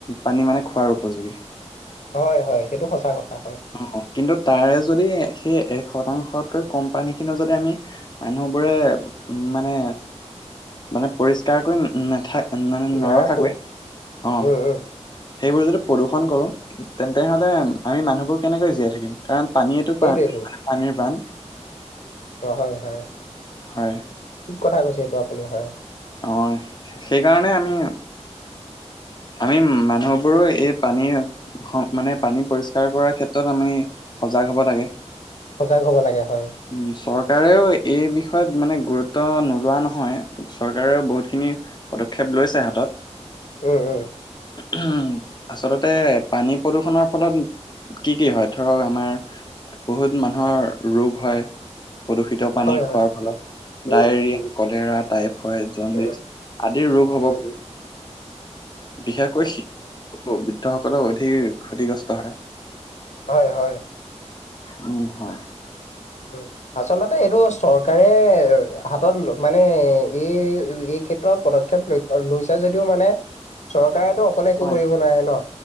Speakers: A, on the left; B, on the left.
A: পানী মানে খোৱাৰ উপযোগী।
B: হয় হয় সেইটো সঁচা কথা হয়।
A: অ' কিন্তু তাৰে যদি সেই এক শতাংশতকৈ কম পানীখিনি যদি আমি মানুহবোৰে উ, মানে মানে পৰিষ্কাৰকৈ না-নাথা মানে নৰখাকৈ,
B: নাৰাখো,
A: অ'।
B: উম, উম,
A: সেইবোৰ যদি প্ৰদূষণ কৰোঁ তেন্তে হ'লে আমি মানুহবোৰ কেনেকৈ জীয়াই থাকিম কাৰণ পানীয়েটো
B: সেইটোৱেইটো
A: পান মানে প্ৰাণীৰ পান।
B: অ' হয় হয়।
A: হয়।
B: ঠিক কথা কৈছে এইটো আপুনি হয়।
A: অ' সেইকাৰণে আমি আমি মানুহবোৰো এই পানীৰ হ মানে পানী পৰিষ্কাৰ কৰাৰ ক্ষেত্ৰত আমি সজাগ হ'ব লাগে।
B: সজাগ হ'ব লাগে হয়।
A: উ, চৰকাৰেও এই বিষয়ত মানে গুৰুত্ব নোলোৱা নহয়। চৰকাৰেও বহুতখিনি পদক্ষেপ লৈছে হাতত।
B: উম' উম'।
A: উম' আচলতে পানী প্ৰদূষণৰ ফলত কি কি হয় ধৰক আমাৰ, বহুত মানুহৰ ৰোগ হয়। প্ৰদূষিত পানী
B: হয়,
A: খোৱাৰ
B: হয়,
A: ফলত
B: উম,
A: ডায়েৰিয়া কলেৰা টাইপ। হয় জণ্ডিছ
B: উম,
A: আদিৰ ৰোগ হ'ব
B: উম,
A: পাৰে। বিশেষকৈ শিশু বৃদ্ধসকলৰ অধিক ক্ষতিগ্ৰস্ত হয়।
B: হয় হয়।
A: উম হয়।
B: উম আচলতে এইটো চৰকাৰে হাতত ল মানে এই এই ক্ষেত্ৰত, পদক্ষেপ লৈ লৈছে যদিও মানে চৰকাৰো অকলে একো
A: হয়,
B: কৰিব নোৱাৰে ন